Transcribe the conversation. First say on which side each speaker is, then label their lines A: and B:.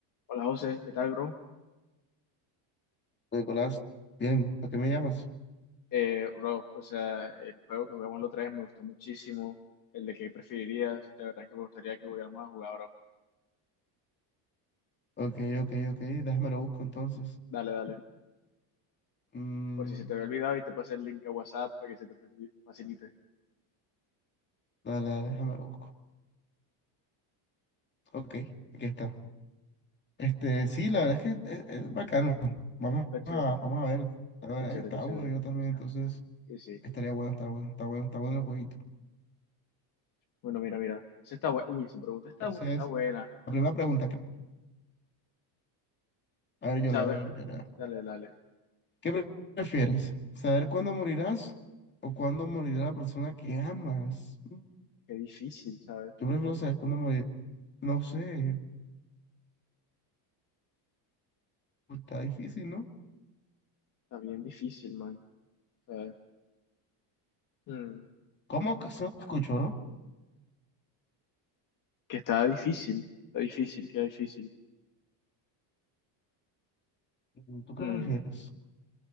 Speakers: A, on the left (about 40°); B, on the left (about 20°).
A: Hola José, ¿qué tal, bro?
B: Pues, Nicolás, bien, ¿para qué me llamas?
A: Eh, bro, o sea, el juego que jugamos la otra vez me gustó muchísimo. El de qué preferirías, la verdad es que me gustaría que volviéramos a jugar, bro.
B: Ok, ok, ok, déjame lo busco entonces.
A: Dale, dale.
B: Mm,
A: Por si se te había olvidado y te pasé el link a WhatsApp para que se te facil- facilite.
B: dale, dale, déjame lo busco. Ok, aquí está. Este, sí, la verdad es que es, es bacano. Vamos
A: Está chévere,
B: a, vamos a ver. La verdad,
A: está chévere,
B: está
A: está chévere.
B: aburrido también, entonces
A: Sí, sí.
B: estaría bueno, está bueno, está bueno, está bueno el jueguito.
A: Bueno, mira, mira. Esa está bu- Uy, esa pregunta está,
B: Entonces,
A: bu- está buena.
B: la primera pregunta que... A ver, yo
A: ¿Sabes?
B: leo, yo, yo leo.
A: Dale, dale.
B: ¿Qué pre- prefieres? ¿Saber cuándo morirás o cuándo morirá la persona que amas? Mm,
A: Qué difícil, ¿sabes?
B: Yo prefiero saber cuándo morir. No sé. Uy, Está difícil, ¿no?
A: Está bien difícil, man. ¿Sabes? Mm,
B: ¿Cómo ocasión escucho, no?
A: Que está difícil, está difícil, queda difícil.
B: Mm, ¿Tú qué
A: Mm,
B: prefieres?